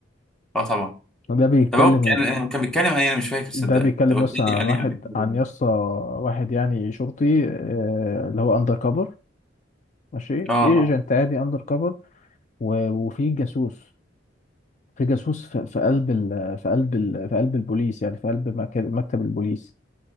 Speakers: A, in the centre; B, on the left (about 40°).
A: اه طبعا
B: ده بيتكلم
A: طب هو كان كان بيتكلم عن ايه انا مش فاكر صدقني
B: ده بيتكلم
A: انت قلت
B: يسطا
A: لي
B: عن
A: عليه
B: واحد
A: قبل كده
B: عن يسطا واحد يعني شرطي آه، اللي هو اندر كفر ماشي
A: اه
B: ايجنت
A: اه
B: عادي اندر كفر وفي جاسوس في جاسوس في في قلب ال في قلب ال في قلب البوليس يعني في قلب مك- مكتب البوليس